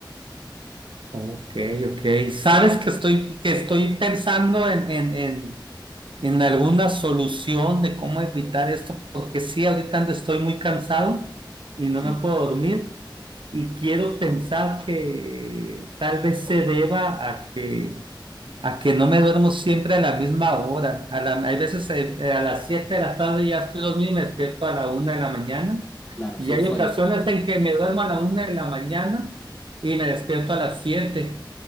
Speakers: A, on the right; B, in the centre.
A: Ok, ok. Sabes
B: Sí,
A: que estoy, que estoy pensando en, en, en, en alguna solución de cómo evitar esto, porque sí, ahorita ando- estoy muy cansado y no
B: sí,
A: me puedo dormir y quiero pensar que tal vez se deba a que, a que no me duermo siempre a la misma hora. A la, hay veces eh, eh, a las 7 de la tarde ya estoy dormido y me despierto a la una de la mañana
B: claro,
A: y
B: sin
A: hay
B: sueño,
A: ocasiones en que me duermo a la una de la mañana y me despierto a las 7.